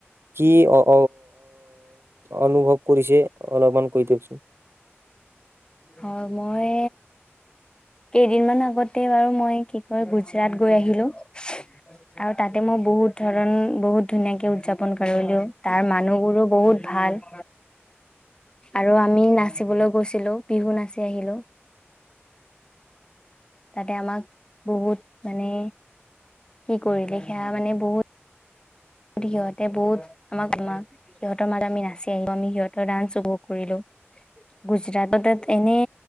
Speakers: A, on the right; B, on the left.
A: কি অ- অনুভৱ কৰিছে, অলপমান কৈ দিয়কচোন
B: হয় মই কেইদিনমান আগতে বাৰু মই কি কয় গুজৰাট গৈ আহিলো আৰু তাতে মই বহুত ধৰণ বহুত ধুনীয়াকে উদযাপন কৰিলো তাৰ মানুহবোৰো বহুত ভাল আৰু আমি নাচিবলৈ গৈছিলো বিহু নাচি আহিলোঁ- তাতে আমাক বহুত মানে কি কৰিলে সেয়া মানে বহুত- সিহঁতে বহুত আমাক আমাক সিহঁতৰ ম <unintelligible> আি নাছিল আমি সিহঁতৰ ডান্স উপভোগ কৰিলো গুজৰাট এনে